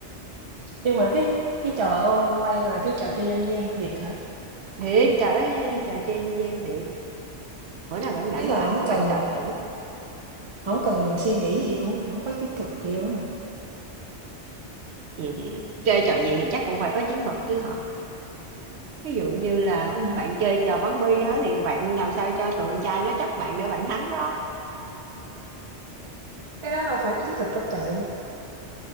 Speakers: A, on the right; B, on the right.
A: Nhưng mà cái cái trò ô quan là cái trò chơi dân gian thiệt hả?
B: Thiệt, trò đó trò chơi dân gian thiệt. Bữa nào rảnh rảnh
A: Ý là
B: bà
A: không cần
B: bạn sạch thử.
A: không cần suy nghĩ gì luôn, không có chiến thuật gì luôn hả?
B: Ừm, chơi trò gì thì chắc cũng phải có chiến thuật chứ hả? Ví dụ như là
A: Ừ.
B: bạn chơi trò bắn bi á, thì bạn làm sao cho tụi con trai nó chấp bạn để bạn thắng đó,
A: Cái đó đâu phải chiến thuật trong trời.